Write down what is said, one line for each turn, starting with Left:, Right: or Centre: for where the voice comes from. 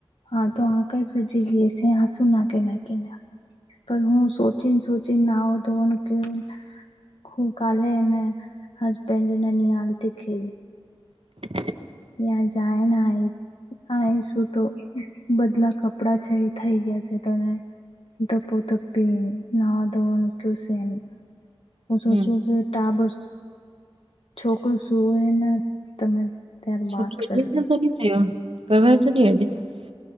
Left: હા તો આંખે સુજી ગય છે આસું નાખી નાખીને પર હું સોચીને સોચી નાવા ધોવાનું કિયું હું કાલે એને હસબેન્ડને નિહાલતી ખ
Right: <inaudible>
Left: ન્યાં જાયને આય આ એ શું તો બધલા કપડા છે એ થઈ ગયા છે તને ધપો ધપી નવા ધોવાનું કિયું શે અને હું સોચું
Right: હમ
Left: કે ટાબર છોકરું સુવે ને તમે ત્યાર
Right: છોકરી
Left: બાત
Right: એડમિશન
Left: કર લો
Right: થયો કરવાય તો નહી એડમિશન